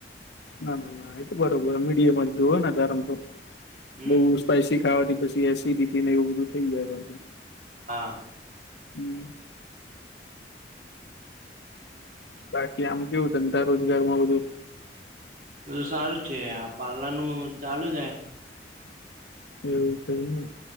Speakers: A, on the left; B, on the right.
A: ના ના ના એતો બરોબર મીડિયમ જ જો હો ને ધારમ તો
B: હમ
A: બ સ્પાઈસી ખાવાથી પછી એસિડિટી ને એવું બધું થઈ જાય બાકી.
B: હા.
A: હમ. બાકી આમ કેવું ધંધા રોજગાર માં બધું?
B: બધું સારું જ છે આ પાર્લરનું ચાલુ જાય.
A: એવું છે એમ ને.